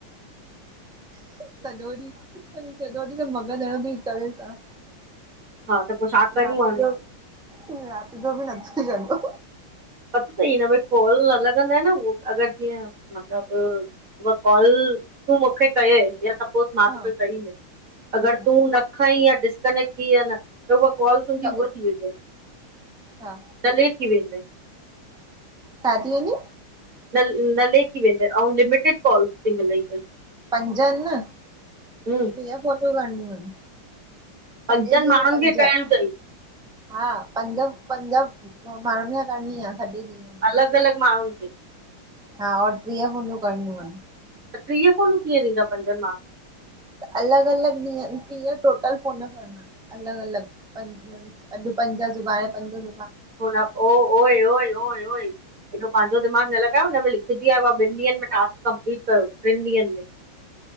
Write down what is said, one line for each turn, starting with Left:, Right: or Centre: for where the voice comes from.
Centre: सॼो ॾींहं, सॼो ॾींहं त मगॼ हणो तई करे छा।
Right: हा त पोइ छा कयूं
Centre: रात
Right: हाणे
Centre: जो, रात जो बि नथी छॾो।
Right: पतो तई हिन में कॉल न लॻंदय न उह अॻरि जीअं मतिलबु उहा कॉल तूं मूंखे कय या सभु पो मां
Centre: हा
Right: तोखे कई न, अॻरि
Centre: हम्म
Right: तूं न खईं या डिस्कनेक्ट थीय न त उहा कॉल तुंहिंजी
Centre: त
Right: उहा थी वेंदय,
Centre: छा
Right: डलेट थी वेंदय।
Centre: छा थी वेंदी?
Right: न लेख थी वेंदेव और लिमिटेड कॉलस ती मिलेई पई।
Centre: पंज आहिनि न,
Right: हम्म
Centre: वीह फ़ोनियूं करणियूं आहिनि। सॼे
Right: पंजनि
Centre: ॾींहुं
Right: माण्हुनि
Centre: में पंज।
Right: खे करणियूं अथई
Centre: हा पंज पंज माण्हुनि खे करणी आ, सॼे ॾींहुं।
Right: अलॻि अलॻि माण्हुनि खे?
Centre: हा और टीह फोनियूं करणियूं आहिनि।
Right: त टीह फोनू कीअं थींदा पंजन माण्हू
Centre: त अलॻि अलॻि ॾींहं टीहं टोटल फोन करणा, अलॻि अलॻि पंज। अॼु पंज सुभाणे पंज सुभा
Right: बोला ओ ओए ओए ओए ओए एॾो पांजो दिमागु न लॻायो हुन में लिखजी आयो आ ॿिनि ॾींहंनि में टास्क कंपलीट कयो, टिन ॾींहंनि में।